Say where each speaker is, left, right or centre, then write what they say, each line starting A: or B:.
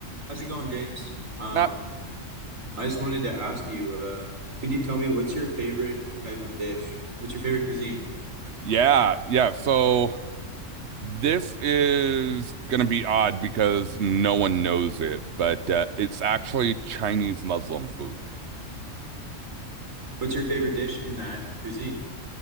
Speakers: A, on the right; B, on the right.
A: How's it going, James? Um,
B: Not,
A: I just wanted to ask you, uh, could you tell me what's your favorite type of dish? What's your favorite cuisine?
B: yeah, yeah. So this is going to be odd because no one knows it, but uh, it's actually Chinese Muslim food.
A: What's your favorite dish in that cuisine?